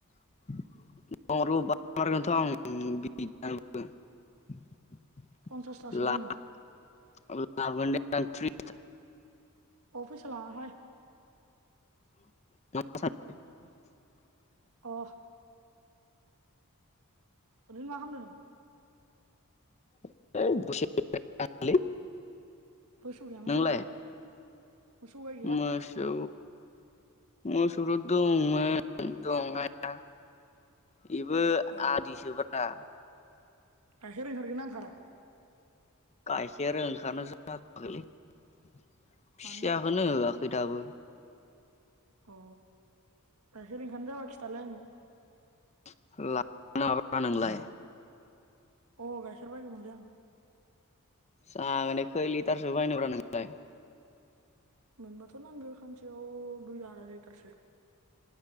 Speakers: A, on the left; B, on the right.
A: <unintelligible> <unintelligible>
B: पन्सासथासो दोङो अबो सला हाय
A: <unintelligible>
B: अ ओरैनो मा खालामदों नों?
A: <unintelligible>
B: बसु गौया मोसौ
A: नोंलाय
B: गाय मोसौ गाय गैया
A: मोसौ औ म <unintelligible> दंमोन दंनाया बेबो
B: अ
A: आदिसोब्रा
B: गाइखेर ओंखार गोनना ओंखारा?
A: गायखेर ओंखारनो जायाखैलि फिसा
B: मानोलै
A: खोनो होआ खैदाबो
B: अ गाइखेर ओंखानो जाब खिथालाय आंनो
A: <unintelligible> नोंलाय
B: अ गायखेर बायगोमोन लै आं
A: जागोने खै लिटारसो बायनब्रा नोंलाय?
B: मोनबाथ नांगो खानसेयाव दुइ आरा लिटारसो